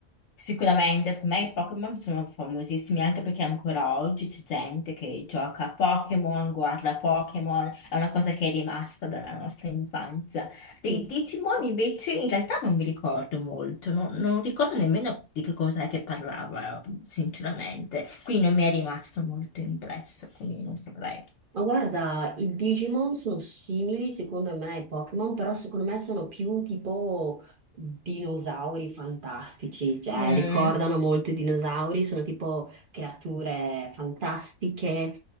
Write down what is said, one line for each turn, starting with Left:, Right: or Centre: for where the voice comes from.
Left: Sicuramente, secondo me i Pokémon sono famosissimi anche perché ancora oggi c'è gente che gioca a Pokémon, guarda a Pokémon, è una cosa che è rimasta dalla nostra infanzia. Dei
Right: Sì.
Left: Digimon invece in realtà non mi ricordo molto, non, non ricordo nemmeno di che cosa è che parlava, sinceramente. Quindi non mi è rimasto molto impresso, quindi non saprei.
Right: Ma guarda, i Digimon sono simili secondo me ai Pokémon, però secondo me sono più tipo dinosauri fantastici, cioè
Left: Mm,
Right: ricordano molto i dinosauri, sono tipo creature fantastiche.